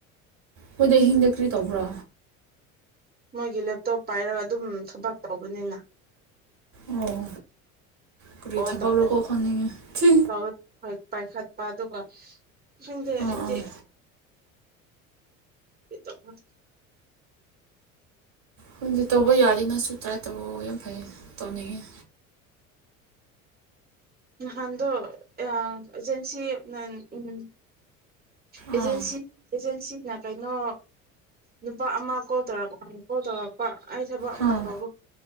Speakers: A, on the right; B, on the right.
A: ꯃꯣꯏꯗꯤ ꯑꯍꯤꯡꯗ ꯀꯔꯤ ꯇꯧꯕ꯭ꯔꯣ
B: ꯃꯣꯏꯒꯤ ꯂꯦꯞꯇꯣꯞ ꯄꯥꯏꯔꯒ ꯑꯗꯨꯝ ꯊꯕꯛ ꯇꯧꯕꯅꯤꯅ
A: ꯑꯣ ꯀꯔꯤ
B: <unintelligible>
A: ꯊꯕꯛꯔꯀꯣ ꯈꯪꯅꯤꯡꯉꯦ ꯊꯤ
B: ꯄꯥꯏꯈꯠꯄ ꯑꯗꯨꯒ ꯈꯪꯗꯦ
A: ꯑꯥ
B: ꯑꯩꯗꯤ
A: ꯑꯥ
B: <unintelligible>
A: ꯈꯪꯗꯤ ꯇꯧꯕ ꯌꯥꯔꯤꯗꯤ ꯅꯪꯁꯨ ꯇ꯭ꯔꯥꯏ ꯇꯧꯔꯛꯑꯣ ꯌꯥꯝ ꯐꯩ ꯇꯧꯅꯤꯡꯉꯤ
B: ꯅꯍꯥꯟꯗꯣ ꯌꯥꯝ ꯑꯦꯖꯦꯟꯁꯤ ꯅ ꯎꯝ ꯑꯦꯖꯦꯟꯁꯤ
A: ꯑꯥ
B: ꯑꯦꯖꯦꯟꯁꯤꯅ ꯀꯩꯅꯣ ꯅꯨꯄꯥ ꯑꯃ ꯀꯣꯜ ꯇꯧꯔꯛꯄ ꯀꯣꯜ ꯇꯧꯔꯛꯄ ꯑꯩ ꯊꯕꯛ
A: ꯑꯥ
B: ꯑꯃ ꯇꯧꯕ